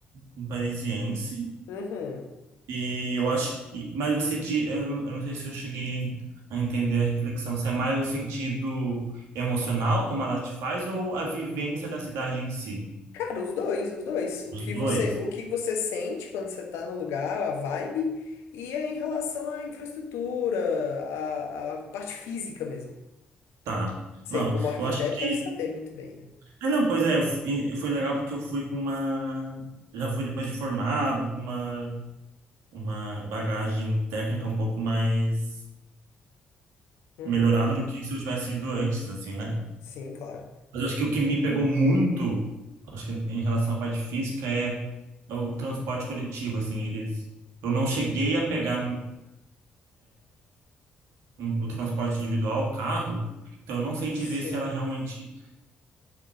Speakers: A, on the right; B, on the left.
A: um parisiense.
B: Uhum.
A: E eu acho que. Mas você. di- Eu, eu não sei se eu cheguei em- a entender a reflexão. Se é mais o sentido emocional, como ela te faz, ou a vivência da cidade em si?
B: Cara, os dois, os dois. O
A: Os
B: que
A: dois?
B: você, o que você sente quando você tá no lugar, a vibe, e é em relação à infraestrutura, à, à parte física mesmo.
A: Tá.
B: Você,
A: Não,
B: como arquiteto,
A: eu acho que.
B: deve saber muito bem, né?
A: Ah, não, pois é. eu f- e- Foi legal porque eu fui com uma. Já fui depois de formado, com uma, uma bagagem técnica um pouco mais
B: Uhum.
A: melhorada do que se eu tivesse ido antes, assim, né?
B: Sim, claro.
A: Mas eu acho que o que me pegou muito, acho que em relação à parte física, é é o transporte coletivo, assim, eles... Eu não cheguei a pegar um- o transporte individual, o carro, então eu não sei
B: Sim.
A: dizer se ela realmente,